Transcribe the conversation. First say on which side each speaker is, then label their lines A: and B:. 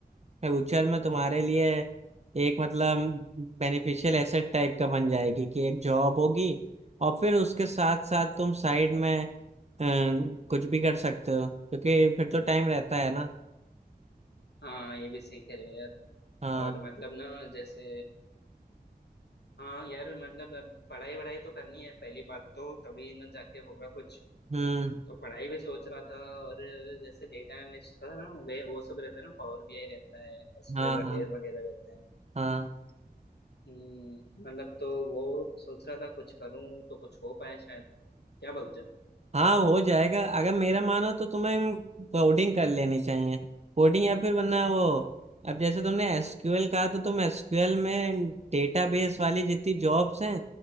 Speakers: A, on the right (about 40°); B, on the left (about 80°).
A: फ्यूचर में तुम्हारे लिए एक मतलब बेनिफिशियल एसेट टाइप का बन जाएगी कि एक जॉब होगी और फिर उसके साथ साथ तुम साइड में अ, कुछ भी कर सकते हो क्योंकि फिर तो टाइम रहता है ना
B: हाँ ये भी सही कह रहे हो यार
A: हाँ
B: और मतलब ना जैसे हाँ यार मतलब अब पढ़ाई वढ़ाई तो करनी है पहली बात तो तभी ना जाके होगा कुछ
A: हम्म
B: तो पढ़ाई भी सोच रहा था और जैसे डेटा एनालिस्ट था ना वे वो सब रहता है ना पावर बीआई रहता है एसक्यूएल
A: हाँ
B: वगैरह
A: हाँ
B: वगैरह रहते हैं
A: हाँ
B: हम्म मतलब तो वो सोच रहा था कुछ करूं तो कुछ हो पाए शायद क्या बोलते हो
A: हाँ हो जाएगा अगर मेरा मानो तो तुम्हें कोडिंग कर लेनी चाहिए कोडिंग या फिर वरना वो अब जैसे तुमने एसक्यूएल कहा तो तुम एसक्यूएल में डेटाबेस वाली जितनी जॉब्स हैं